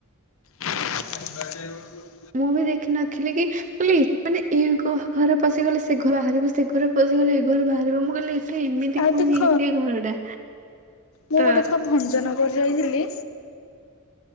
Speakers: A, on the left; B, on the right.
A: <unintelligible> ଗାଧେଇବୁ।
B: ମୁଁ ବି ଦେଖିନଥିଲି କି ମୁଁ କହିଲି ମାନେ ଏ ଘ ଘରେ ପଶିଗଲେ ସେ ଘର ବାହାରିବ ସେ ଘରେ ପଶିଗଲେ ଏ ଘରୁ ବାହାରିବ ମୁଁ କହିଲି ଏଠି ଏମିତି
A: ଆଉ
B: କଣ
A: ଦେଖ
B: ଇଏ ସେଇ ଘରଟା।
A: ମୁଁ
B: ତ
A: ଗୋଟେ ଥର ଭଞ୍ଜନଗର ଯାଇଥିଲି